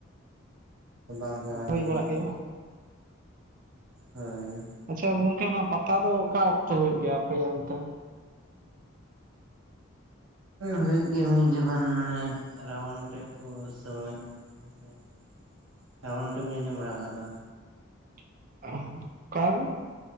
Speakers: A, on the right (about 80°); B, on the right (about 40°).
A: <unintelligible>
B: ᱦᱩᱭ ᱵᱟᱲᱟᱜ ᱜᱮᱭᱟ ᱵᱟᱝ
A: ᱦᱳᱭ
B: ᱟᱪᱷᱟ ᱜᱚᱝᱠᱮ ᱚᱱᱟ ᱯᱟᱛᱟ ᱫᱚ ᱚᱠᱟ ᱚᱠᱛᱚ ᱦᱩᱭᱩᱜ ᱜᱮᱭᱟ ᱟᱯᱮ ᱚᱱᱛᱮ?
A: ᱦᱩᱭᱩᱜ ᱜᱮᱭᱟ ᱢᱤᱫ ᱡᱚᱠᱷᱚᱱ ᱢᱟᱱᱮ ᱨᱟᱵᱟᱱ ᱚᱴᱮᱡ ᱠᱚ ᱥᱚᱢᱚᱭ <unintelligible> ᱨᱟᱵᱚᱱ ᱚᱴᱮᱡ ᱵᱤᱱ ᱟᱡᱚᱢ ᱵᱟᱨᱟ ᱟᱠᱟᱫᱟ?
B: <unintelligible> ᱚᱱᱠᱟ ᱜᱮ